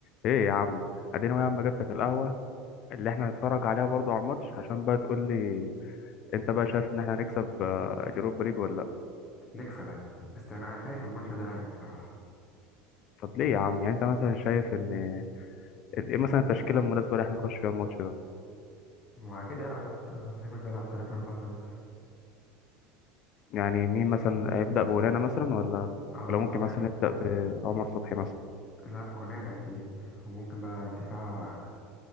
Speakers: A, on the left; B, on the left.
A: ايه يا عم اديني يا عم جبتك القهوه اللي احنا هنتفرج عليها برضو على الماتش عشان بقى تقول لي انت بقى شايف ان احنا هنكسب آه، اليوروبا ليج ولا لا
B: نكسب أكيد بس أنا خايف من الماتش ده يعني بصراحة
A: طب ليه يا عم يعني انت مثلا شايف ان ايه مثلا التشكيله المناسبه اللي احنا نخش فيها الماتش ده
B: هو كده يلعب يا اسطى زي ما بيلعب تلاتة أربعة تلاتة
A: يعني مين مثلا هيبدا بولانا مثلا ولا
B: اه
A: ولا ممكن
B: قلنا
A: مثلا يبدا بعمر صبحي مثلا
B: لا قلنا أكيد وممكن بقى الدفاع